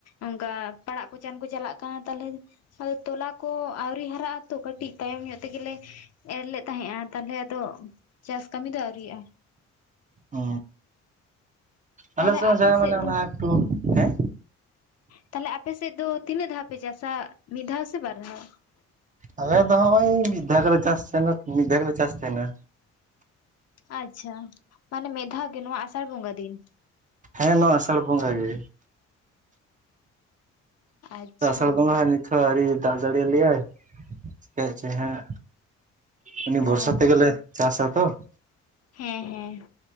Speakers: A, on the left; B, on the right.
A: ᱚᱱᱠᱟ ᱯᱟᱲᱟᱜ ᱯᱚᱪᱟᱱ ᱠᱚ ᱪᱟᱞᱟᱜ ᱠᱟᱱᱟ ᱛᱟᱞᱦᱮ, ᱦᱳᱭ ᱛᱚᱞᱟ ᱠᱚ ᱟᱣᱨᱤ ᱦᱟᱨᱟᱜ ᱟᱛᱚ ᱠᱟᱹᱴᱤᱡ ᱛᱟᱭᱚᱢ ᱧᱚᱜ ᱛᱮᱜᱮᱞᱮ ᱮᱨ ᱞᱮᱫ ᱛᱟᱦᱮᱸᱫᱼᱟ ᱛᱟᱞᱦᱮ ᱟᱫᱚ ᱪᱟᱥ ᱠᱟᱹᱢᱤ ᱫᱚ ᱟᱹᱣᱨᱤᱜᱼᱟ᱾
B: ᱚ ᱟᱞᱮ
A: ᱛᱟᱦᱚᱞᱮ
B: ᱥᱮᱡ ᱦᱚ
A: ᱟᱯᱮ
B: ᱡᱟᱦᱟ ᱢᱟᱱᱮ
A: ᱥᱮᱫ ᱫᱚ
B: ᱚᱱᱟ ᱮᱠᱴᱩ, ᱦᱮᱸ
A: ᱛᱟᱦᱚᱞᱮ ᱟᱯᱮᱥᱮᱫ ᱫᱚ ᱛᱤᱱᱟᱹᱜ ᱫᱷᱟᱣ ᱯᱮ ᱪᱟᱥᱟ ᱢᱤᱫ ᱫᱷᱟᱣ ᱥᱮ ᱵᱟᱨ ᱫᱷᱟᱣ?
B: ᱟᱞᱮ ᱫᱚ ᱦᱚᱸᱜ ᱚᱭ ᱢᱤᱫ ᱫᱷᱟᱣ ᱜᱮᱞᱮ ᱪᱟᱥ ᱛᱟᱦᱮᱱᱟ ᱢᱤᱫ ᱫᱷᱟᱣ ᱜᱮᱞᱮ ᱪᱟᱥ ᱛᱟᱦᱮᱱᱟ᱾
A: ᱟᱪᱪᱷᱟ ᱢᱟᱱᱮ ᱢᱤᱫ ᱫᱷᱟᱣ ᱜᱮ ᱱᱚᱣᱟ ᱟᱥᱟᱲ ᱵᱚᱸᱜᱟ ᱫᱤᱱ?
B: ᱦᱮᱸ ᱱᱚᱣᱟ ᱟᱥᱟᱲ ᱵᱚᱸᱜᱟ ᱜᱮ
A: ᱟᱪᱪᱷᱟ
B: ᱟᱥᱟᱲ ᱵᱚᱸᱜᱟ ᱦᱚᱸ ᱱᱤ ᱛᱷᱚ ᱟᱹᱣᱨᱤ ᱫᱟᱜ ᱡᱟᱲᱤᱭᱟᱭᱟ ᱞᱮᱭᱟᱭ ᱪᱮᱠᱟ ᱮᱫ ᱪᱚᱭ ᱦᱟᱜ, ᱩᱱᱤ
A: ᱚ
B: ᱵᱷᱚᱨᱥᱟ ᱛᱮᱜᱮᱞᱮ ᱪᱟᱥᱟ ᱛᱚ᱾
A: ᱦᱮᱸ ᱦᱮᱸ